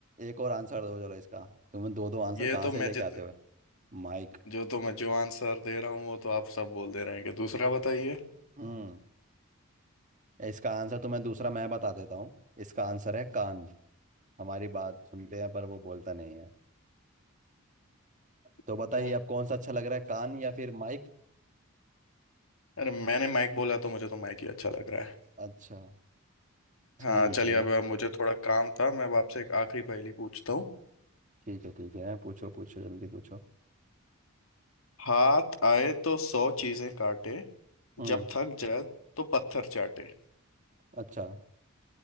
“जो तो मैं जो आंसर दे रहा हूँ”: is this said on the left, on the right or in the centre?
Left